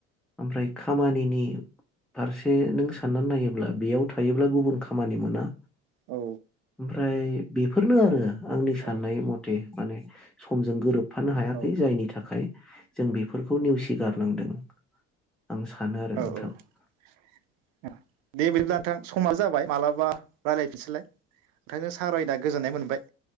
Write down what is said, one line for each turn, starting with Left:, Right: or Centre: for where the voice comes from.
Centre: ओमफ्राय खामानिनि फारसे नों साननानै नायोब्ला बेयाव थायोब्ला गुबुन खामानि मोना।
Right: औ।
Centre: ओमफ्राय बेफोरनो आरो आंनि साननाय
Right: ओ
Centre: मथे माने समजों गोरोबफानो हाया
Right: औ
Centre: जायनि थाखाय जों बेफोरखौ नेवसिगारनांदों। आं सानो आरो
Right: औ
Centre: नोंथां।
Right: औ दे बिदिब्ला नोंथां समा जाबाय। मालाबा रायलायफिनसैलाय नोंथांजों सावरायना गोजोननाय मोनबाय।